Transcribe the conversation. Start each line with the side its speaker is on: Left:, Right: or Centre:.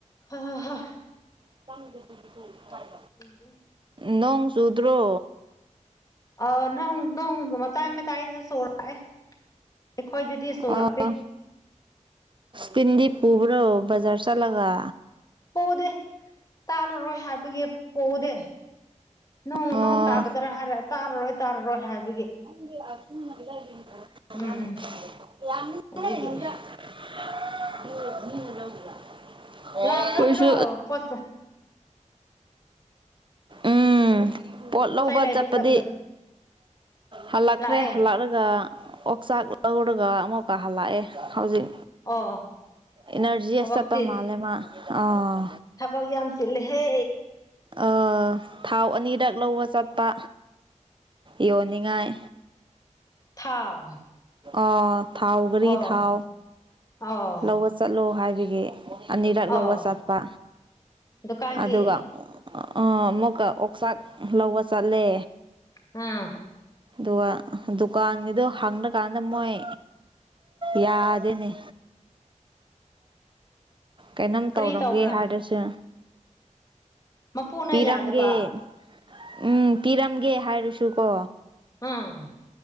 Left: ꯍ ꯍꯥ
Right: <unintelligible>
Left: <inaudible>
Right: ꯅꯣꯡ ꯆꯨꯗ꯭ꯔꯣ
Left: ꯑ ꯅꯣꯡ ꯅꯣꯡ ꯃꯇꯥꯏ ꯃꯇꯥꯏꯗ ꯆꯨꯔꯛꯑꯦ ꯑꯩꯈꯣꯏꯗꯗꯤ ꯆꯨꯔꯛꯇꯦ
Right: ꯑꯣ ꯇꯤꯟꯗꯤ ꯄꯨꯕ꯭ꯔꯣ ꯕꯖꯥꯔ ꯆꯠꯂꯒ
Left: ꯄꯨꯗꯦ ꯇꯥꯔꯥꯔꯣꯢ ꯍꯥꯏꯕꯒꯤ ꯄꯨꯗꯦ ꯅꯣꯡ
Right: ꯑꯣ
Left: ꯅꯣꯡ ꯇꯥꯒꯗ꯭ꯔꯥ ꯍꯥꯏꯔꯒ ꯇꯥꯔꯔꯣꯏ ꯇꯥꯔꯔꯣꯏ ꯍꯥꯏꯕ
Right: <unintelligible>
Left: ꯎꯝ ꯑꯗꯨꯒꯤ ꯂꯥꯛꯈ꯭ꯔꯕ꯭ꯔꯣ
Right: <unintelligible> ꯀꯣꯏꯁꯨ
Left: ꯄꯣꯠꯆꯩ
Right: ꯎꯝ ꯄꯣꯠ ꯂꯧꯕ
Left: ꯂꯩꯕ
Right: ꯆꯠꯄꯗꯤ
Left: ꯆꯠꯄꯗꯣ
Right: ꯍꯜꯂꯛꯈ꯭ꯔꯦ
Left: ꯂꯥꯛꯑꯦ
Right: ꯍꯜꯂꯛꯔꯒ ꯑꯣꯛꯆꯥꯛ ꯂꯧꯔꯒ ꯑꯃꯨꯛꯀ ꯍꯜꯂꯛꯑꯦ ꯍꯧꯖꯤꯛ
Left: ꯑꯣ
Right: ꯏꯅꯔꯖꯤ
Left: ꯊꯕꯛꯁꯤ
Right: ꯑꯁ ꯆꯠꯄ ꯃꯟꯂꯦ ꯃ ꯑꯥ
Left: ꯊꯕꯛ ꯌꯥꯝ ꯆꯤꯟꯂꯦ ꯍꯦ
Right: ꯑ ꯊꯥꯎ ꯑꯅꯤꯔꯛ ꯂꯧꯕ ꯆꯠꯄ ꯌꯣꯅꯤꯡꯉꯥꯏ
Left: ꯊꯥꯎ
Right: ꯑ ꯊꯥꯎ ꯘꯔꯤ
Left: ꯑꯣ
Right: ꯊꯥꯎ
Left: ꯑꯣ
Right: ꯂꯧꯕ ꯆꯠꯂꯣ ꯍꯥꯏꯕꯒꯤ ꯑꯅꯤꯔꯛ
Left: ꯑꯣ
Right: ꯂꯧꯕ ꯆꯠꯄ
Left: ꯗꯨꯀꯥꯟꯒꯤ
Right: ꯑꯗꯨꯒ ꯑꯥ ꯑꯃꯨꯛꯀ ꯑꯣꯛꯆꯥꯛ ꯂꯧꯕ ꯆꯠꯂꯦ
Left: ꯎꯝ
Right: ꯗꯨꯒ ꯗꯨꯀꯥꯟꯒꯤꯗꯣ ꯍꯪꯔꯛ ꯀꯥꯟꯗ ꯃꯣꯏ ꯌꯥꯗꯦꯅꯦ ꯀꯩꯅꯣꯝ
Left: ꯀꯔꯤ
Right: ꯇꯧꯔꯝꯒꯦ
Left: ꯇꯧꯕ꯭ꯔꯥ
Right: ꯍꯥꯏꯔꯁꯨ
Left: ꯃꯄꯨꯅ
Right: ꯄꯤꯔꯝꯒꯦ
Left: ꯌꯥꯗꯕ
Right: ꯎꯝ ꯄꯤꯔꯝꯒꯦ ꯍꯥꯏꯔꯁꯨ ꯀꯣ
Left: ꯎꯝ